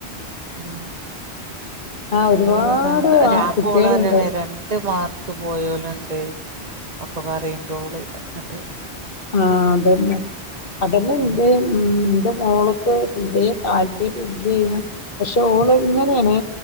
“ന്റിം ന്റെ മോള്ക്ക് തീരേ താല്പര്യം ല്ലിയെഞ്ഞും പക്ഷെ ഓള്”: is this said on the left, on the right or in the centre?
Left